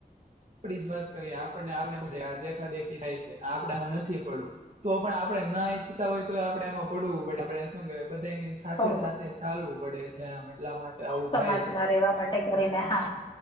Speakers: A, on the right; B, on the left.
A: આપડી જ વાત કરીએ, આપને આપને દેખાદેખી થાય છે. આપડમાં નથી પડવું. તો પણ આપડે ના ઈચ્છતા હોય તો, આપડે એમાં પડવું. બટ આપે શું કેવાય બધાની. સાથે
B: તો
A: સાથે ચાલવું પડે છે એમ એટલા માટે. આવું
B: સમાજમાં
A: થાય છે.
B: રહેેવા માટે કરીને, હા,